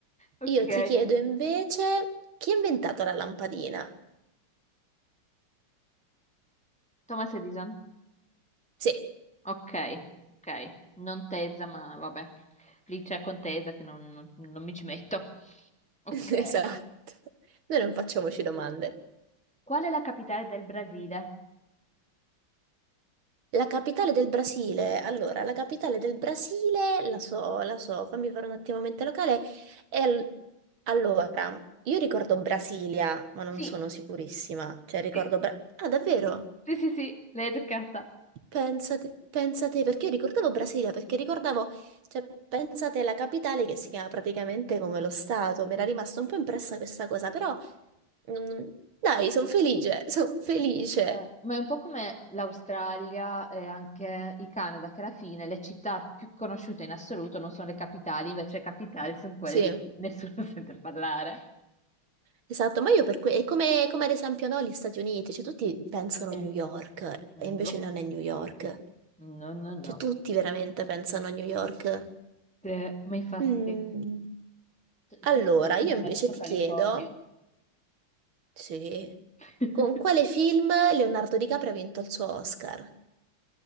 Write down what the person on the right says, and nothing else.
Io ti chiedo invece, chi ha inventato la lampadina?
Sì,
<laughs>
esatto. Noi non facciamoci domande.
La capitale del Brasile, allora, la capitale del Brasile, la so, la so, fammi fare un attimo mente locale. È al- allora, io ricordo Brasilia, ma non
sono sicurissima. Cioè, ricordo...
Bra- ah, davvero?
Pensate, pensate, perché io ricordavo Brasilia, perché ricordavo, cioè, pensate la capitale che si chiama praticamente come lo Stato, mi era rimasta un po' impressa questa cosa, però mm, dai, sono felice, sono felice.
Sì,
esatto, ma io per cui, è come, come ad esempio no, gli Stati Uniti, cioè tutti pensano
a New York
e invece non è New York,
cioè tutti veramente pensano a New York.
Mm, Allora,
io
invece
ti
chiedo... Sì.
Con quale film Leonardo DiCaprio ha vinto il suo Oscar?